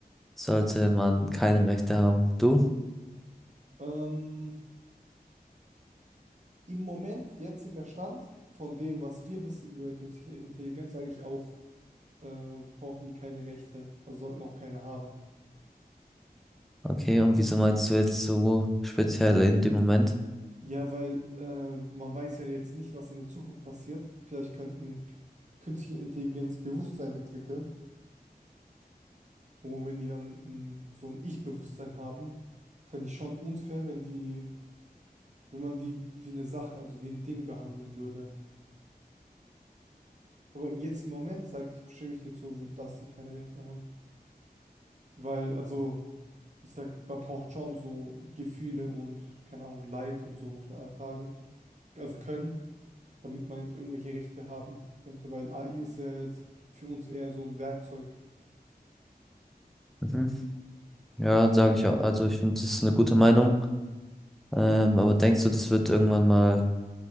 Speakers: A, in the centre; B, on the right.
A: sollte man keine Rechte haben. Du?
B: Ähm, Im Moment, jetziger Stand, von dem, was wir wissen über künstliche Intelligenz, sage ich auch, äh, brauchen die keine Rechte, also sollten auch keine haben.
A: Okay, und wieso meinst du jetzt so speziell in dem Moment?
B: Ja, weil äh, man weiß ja jetzt nicht, was in der Zukunft passiert. Vielleicht könnten künstliche Intelligenz Bewusstsein entwickeln. Und wenn die dann ein, so ein Ich-Bewusstsein haben, fände ich schon unfair, wenn die, wenn man die wie eine Sache, also wie ein Ding behandeln würde. Aber jetzt im Moment, sage ich, stimme ich dir zu, dass sie keine Rechte haben. Weil, also, ich sag, man braucht schon so Gefühle und, keine Ahnung, Leid und so muss man ertragen. Also können, damit man jetzt irgendwelche Rechte haben könnte, weil AI ist ja jetzt für uns eher so ein Werkzeug.
A: Mhm. Ja,
B: Mhm.
A: sage ich auch. Also ich finde, das ist eine gute Meinung. Ähm, aber denkst du, das wird irgendwann mal